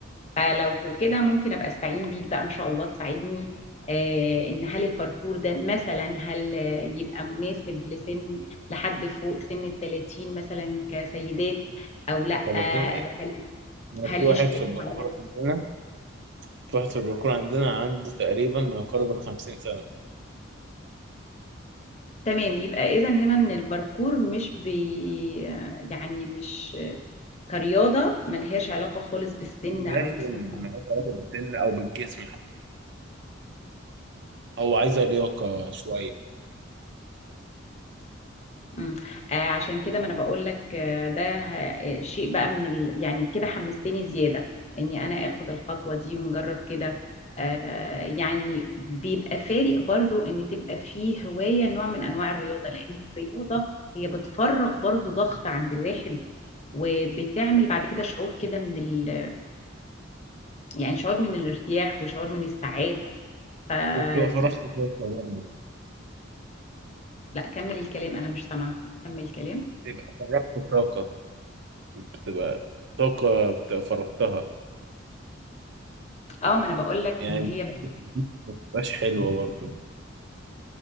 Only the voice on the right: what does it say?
فالاتنين
أنا
في واحد
في الباركور
عندنا في واحد في الباركور عندنا عنده تقريبا ما يقارب ال 50 سنة
ملهاش
سن ملهاش علاقة بالسن أو بالجسم حتى هو عايزة لياقة شوية
وبتبقى فرغت طاقة برضه
بتبقى فرغت طاقة بتبقى طاقة بتبقى فرغتها
يعني
ما بتبقاش حلوة برضه